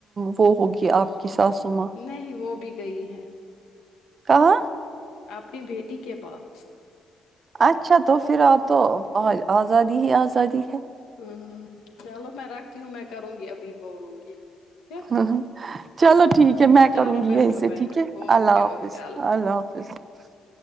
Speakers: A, on the right; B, on the left.
A: وہ ہوگی آپ کی ساسوما
B: نہیں وہ بھی گئی ہے
A: کہاں
B: اپنی بیٹی کے پاس
A: اچھا تو پھر آپ تو آزادی ہی آزادی ہے
B: ہاں ہاں چلو میں رکھتی ہوں میں کروں گی ابھی بولوں گی ہے
A: ہاں چلو ٹھیک ہے میں
B: چلو
A: کروں گی
B: بیٹھو
A: یہیں سے
B: بیٹھو
A: ٹھیک ہے
B: اوکے
A: اللہ حافظ
B: اوکے
A: اللہ حافظ جی